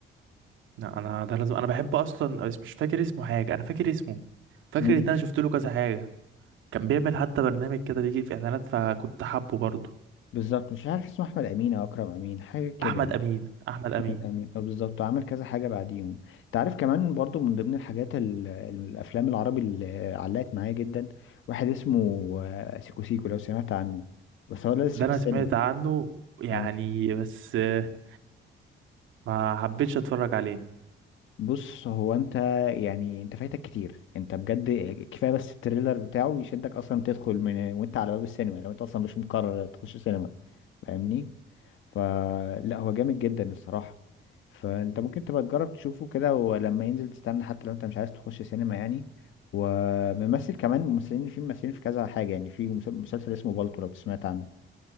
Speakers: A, on the right; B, on the left.
A: لا انا ده لازم انا بحب اصلا بس مش فاكر اسمه حاجه انا فاكر اسمه فاكر
B: امم
A: ان انا شفت له كذا حاجه كان بيعمل حتى برنامج كده بيجي في اعلانات فكنت حابه برضه
B: بالظبط مش عارف اسمه احمد امين او اكرم امين حاجه كده
A: احمد
B: يعني
A: امين احمد امين
B: الأمين أه بالظبط وعمل كذا حاجة بعديهم أنت عارف كمان برضو من ضمن الحاجات ال- الأفلام العربي اللي علقت معايا جدا واحد اسمه آه، سيكو سيكو لو سمعت عنه بس هو لسه
A: ده انا
B: في السينما
A: سمعت عنه يعني
B: اه
A: بس آه، ما حبيتش اتفرج عليه
B: بص هو انت يعني انت فايتك كتير انت بجد كفايه بس التريلر بتاعه يشدك اصلا تدخل من وانت على باب السينما لو انت اصلا مش مقرر تخش سينما فاهمني فلا هو جامد جدا الصراحه فانت ممكن تبقى تجرب تشوفه كده ولما ينزل تستنى حتى لو انت مش عايز تخش سينما يعني وممثل كمان ممثلين في ممثلين في كذا حاجه يعني في مس- مسلسل اسمه بالطو لو سمعت عنه